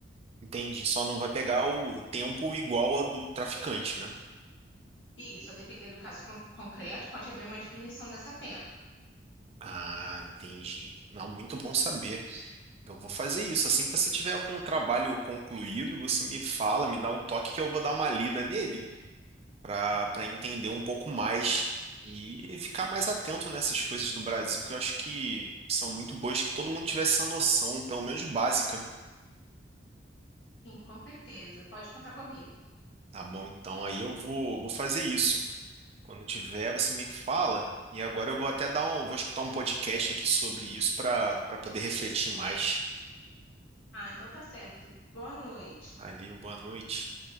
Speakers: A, on the right (about 35°); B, on the left (about 70°).
A: Entendi. Só não vai pegar o tempo igual a do traficante, né?
B: E só depender do caso con- concreto, pode haver uma diminuição dessa pena.
A: Ah, entendi. Não, muito bom saber. Eu vou fazer isso. Assim que você tiver com o trabalho concluído, você me fala, me dá um toque que eu vou dar uma lida nele para para entender um pouco mais e ficar mais atento nessas coisas do Brasil, que eu acho que são muito boas, que todo mundo tivesse essa noção, pelo menos básica,
B: Sim, com certeza. Pode contar comigo.
A: tá bom? Então aí eu vou, vou fazer isso. Quando tiver, você me fala. E agora eu vou até dar um, vou escutar um podcast aqui sobre isso para para poder refletir mais.
B: Ah, então tá certo. Boa noite.
A: Valeu, boa noite.